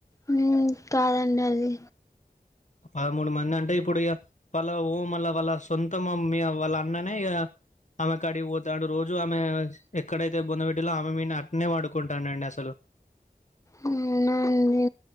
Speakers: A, on the left; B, on the left.
A: ఉమ్ కాదండి అది
B: పదమూడు మంది అంటే ఇప్పుడు ఇ వాళ్ళ మళ్ళ వాళ్ళ సొంతం మీ వాళ్ళ అన్ననే ఇక ఆమె కడిగి పోతాడు రోజు ఆమె ఎక్కడైతే బొధ పెట్టిలో ఆమె మీ అట్నే వాడుకుంటానండి అసలు
A: అవునా అండి